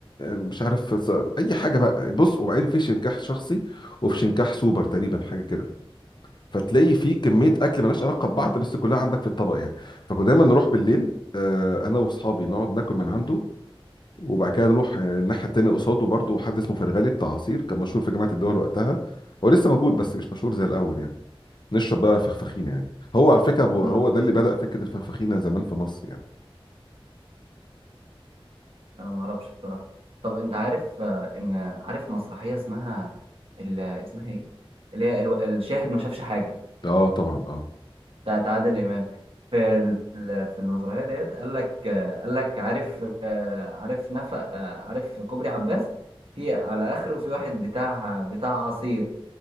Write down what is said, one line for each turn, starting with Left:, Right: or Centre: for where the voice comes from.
Left: مش عارف ص- اي حاجه بقى بص وبعدين في شنكاح شخصي وفي شنكاح سوبر تقريبا حاجه كده فتلاقي فيه كميه اكل ملهاش علاقه ببعض
Right: امم
Left: بس كلها عندك في الطبق يعني فكنا دايما نروح بالليل آه، انا واصحابي نقعد ناكل من عنده وبعد كده نروح آه، الناحيه التانيه قصاده برضه حد اسمه فرغالي بتاع عصير كان مشهور في جامعه الدول وقتها هو لسه موجود بس مش مشهور زي الاول يعني نشرب بقى فخفخينه يعني هو على فكره أبو- هو
Right: امم
Left: ده اللي بدأ فكره الفخفخينه زمان في مصر يعني
Right: أنا ما أعرفش بصراحة طب أنت عارف آه، إن عارف مسرحية اسمها ال... اسمها إيه؟ اللي هي الو- الشاهد ما شافش حاجة
Left: اه طبعا اه
Right: بتاعت عادل امام في ال- في المسرحيه ديت قال لك قال لك عارف آه، عارف نفق آه، عارف كوبري عباس في على اخره في واحد بتاع بتاع عصير